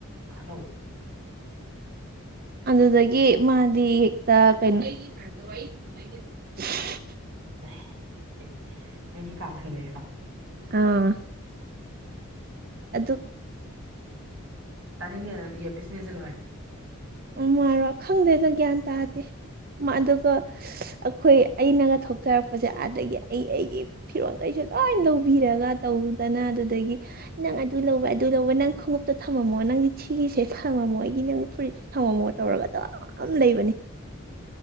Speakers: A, on the right; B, on the right.
A: ꯈꯠꯅꯧ
B: ꯑꯗꯨꯗꯒꯤ ꯃꯥꯗꯤ ꯍꯦꯛꯇ ꯀꯩꯅꯣ <unintelligible>
A: ꯑ ꯑꯦꯍꯦ ꯅꯣꯏꯅꯤ ꯀꯥ ꯊꯪꯅꯩꯔꯣ
B: ꯑꯥ ꯑꯗꯨꯛ
A: ꯇꯥꯅꯤꯡꯉꯦ ꯏꯌꯥꯔ ꯄꯤꯁ ꯃꯦꯟꯖꯟꯂꯣ ꯍꯥꯏꯌꯣ
B: ꯎꯝ ꯃꯥꯔꯣ ꯈꯪꯗꯦꯗ ꯒ꯭ꯌꯥꯟ ꯇꯥꯗꯦ ꯃ ꯑꯗꯨꯒ ꯑꯩꯈꯣꯏ ꯑꯩꯅꯒ ꯊꯣꯛꯆꯔꯛꯄꯁꯦ ꯑꯥꯗꯒꯤ ꯑꯩ ꯑꯩꯒꯤ ꯐꯤꯔꯣꯟꯈꯩꯁꯦ ꯂꯣꯏ ꯂꯧꯕꯤꯔꯒ ꯇꯧꯗꯅ ꯑꯗꯨꯗꯒꯤ ꯅꯪ ꯑꯗꯨ ꯂꯧꯕ ꯑꯗꯨ ꯂꯧꯕ ꯅꯪ ꯈꯣꯡꯉꯨꯞꯇꯣ ꯊꯝꯃꯝꯃꯣ ꯅꯪꯗꯤꯊꯤꯒꯤꯁꯦ ꯐꯝꯃꯣ ꯑꯩꯒꯤ ꯅꯪ ꯐꯨꯔꯤ ꯊꯝꯝꯃꯣ ꯇꯧꯔꯒ ꯇ ꯑꯃ ꯂꯩꯕꯅꯤ